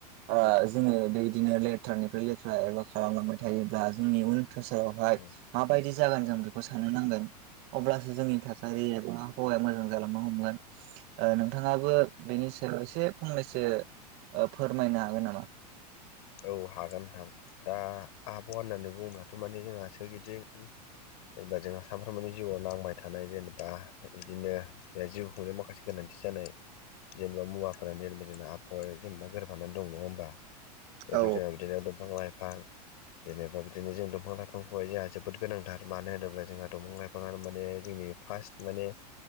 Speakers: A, on the right; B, on the left.
A: ओ जोङो बेबायदिनो लेथ्रानिफ्राय लेथ्रा एबा खालामलांबाय थायोब्ला जोंनि उन थोसोरावहाय
B: औ
A: माबायदि जागोन जों बेखौ साननो नांगोन। अब्लासो जोंनि थासारि एबा हवाया मोजां जालांनो हमगोन। ओ नोंथाङाबो बेनि सायाव एसे फंनैसो ओ फोरमायनो हागोन नामा।
B: औ हागोन नोंथां दा आबहावा होननानै बुङोब्लाथ' माने जोंहा सोरगिदिं जेनेबा जोंहा सानफ्रोमबोनि जिउआव नांबाय थानाय जेनेबा बिदिनो जिउ खुंनायाव माखासे गोनांथि जानाय जेनेबा मुवाफोरानो <unintelligible> जेनेबा आबहावा जेनेबा गोरफानानानै दं नङा होमबा <unintelligible> बिदिनो
A: औ
B: दंफां लाइफां जेनेबा बिदिनो जों दंफां लाइफांखौहाय जोंहा जोबोद गोनांथार मानो होनोब्ला जोंहा दंफां लाइफाङानो माने जोंनि फाष्ट माने